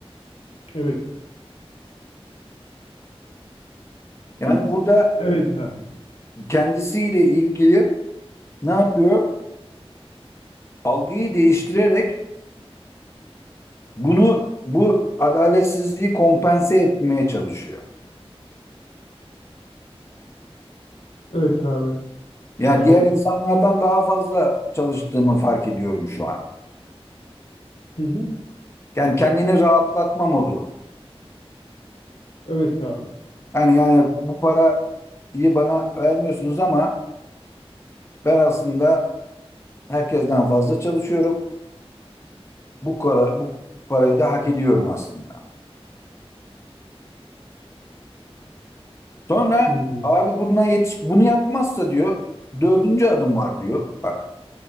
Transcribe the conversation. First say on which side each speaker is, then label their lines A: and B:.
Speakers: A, on the left; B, on the left.
A: Evet.
B: Yani
A: Hı.
B: burada
A: Evet abi.
B: kendisiyle ilgili ne yapıyor? Algıyı değiştirerek bunu bu adaletsizliği kompense etmeye çalışıyor.
A: Evet abi.
B: Ya
A: Aynen.
B: diğer insanlardan daha fazla çalıştığımı fark ediyorum şu an.
A: Hı hı.
B: Yani kendini rahatlatma modu.
A: Evet abi.
B: Hani yani bu parayı bana vermiyorsunuz ama ben aslında herkesten fazla çalışıyorum. Bu, para, bu parayı da hak ediyorum aslında. Sonra
A: Hı.
B: abi bundan yetiş bunu yapmazsa diyor dördüncü adım var diyor. Bak